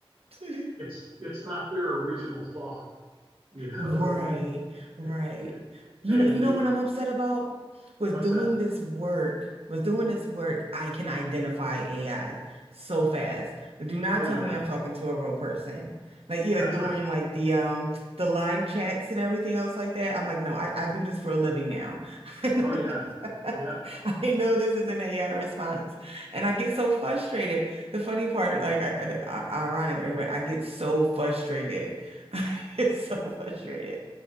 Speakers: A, on the right; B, on the right.
A: <laughs> <laughs>
B: it's it's not their original thought <laughs> you know
A: Right,
B: and
A: right.
B: you,
A: You
B: hey
A: know, you
B: mate
A: know what I'm upset about? With
B: what's
A: doing
B: that
A: this work, with doing this work, I can identify AI so fast. Do not
B: oh
A: tell
B: yeah
A: me I'm talking to a real person. Like you like
B: that's
A: doing
B: right
A: like the um the live chats and everything else like that. I'm like, no, I, I do this for a living now. <laughs>
B: <laughs>
A: I know
B: oh yeah
A: like, <laughs>
B: yeah
A: I know this is an AI response. And I get so frustrated. The funny part, like I, I, ironic, right? I get so frustrated <laughs> It's so frustrated.